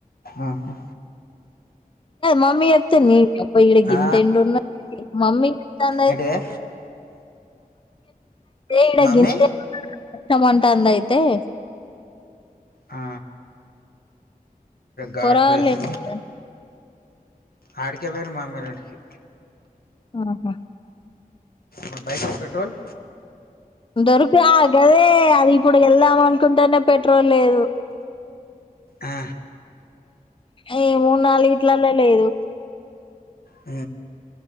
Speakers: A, on the left; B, on the left.
A: ఆహా
B: మమ్మీ చెప్స్తా న అప్ప ఇక్కడ గింత
A: ఆ
B: ఎండ ఉన్న మమ్మీయి మమ్
A: ఏంటిదే
B: ఇడ
A: మమ్మీ
B: గింత <unintelligible> కచ్చంటా అంద అయితే <unintelligible>
A: ఆ గాడుపులు
B: పోరాగాళ్ళు
A: వేసింది
B: ఏం చేతల్లు
A: ఆడికే పోయిర్రు మామీ ఇంటికి
B: ఆహా
A: మ బైక్కి పెట్రోల్
B: దొరక గదే అది ఇప్పుడు వెళ్దాం అనుకుంటేనే పెట్రోల్ లేదు
A: ఆ
B: ఏ మూడు నాలుగు ఇట్లల్లో లేదు
A: అ